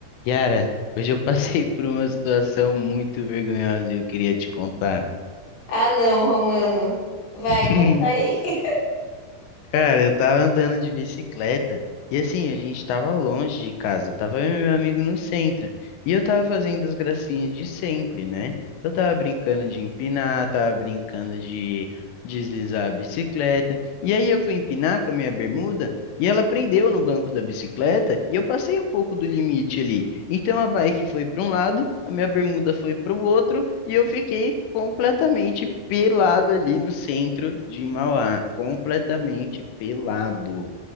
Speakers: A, on the left (about 80°); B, on the left (about 65°).
A: Yara, hoje eu passei por uma situação muito vergonhosa e eu queria te contar.
B: Ah, não, Romano. Vai,
A: <laughs>
B: conta aí. <laughs>
A: Cara, eu tava andando de bicicleta e assim, a gente tava longe de casa, tava eu e meu amigo no centro. E eu tava fazendo as gracinhas de sempre, né? Eu tava brincando de empinar, tava brincando de deslizar a bicicleta. E aí eu fui empinar com a minha bermuda. E ela prendeu no banco da bicicleta e eu passei um pouco do limite ali. Então a bike foi para um lado, a minha bermuda foi para o outro e eu fiquei completamente pelado ali no centro de Mauá, completamente pelado.